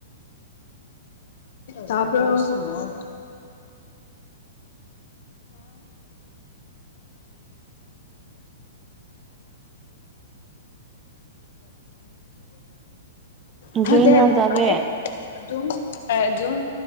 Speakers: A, on the left; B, on the right.
A: ꯆꯕ꯭ꯔꯣ <inaudible> <unintelligible> <inaudible> <unintelligible>
B: ꯎꯝ
A: <inaudible> ꯍꯗꯦ
B: ꯀꯩ ꯏꯟꯖꯥꯡ
A: ꯑ
B: ꯆꯥꯒꯦ
A: <inaudible> <unintelligible> ꯑꯗꯨꯝ ꯑꯗꯨꯝ